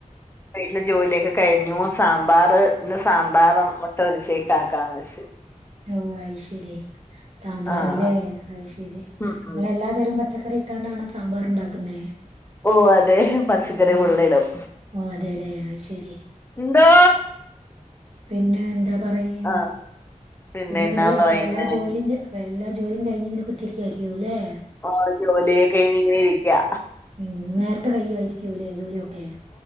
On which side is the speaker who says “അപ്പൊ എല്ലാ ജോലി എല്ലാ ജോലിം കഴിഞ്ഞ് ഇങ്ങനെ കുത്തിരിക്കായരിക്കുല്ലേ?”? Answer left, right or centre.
Right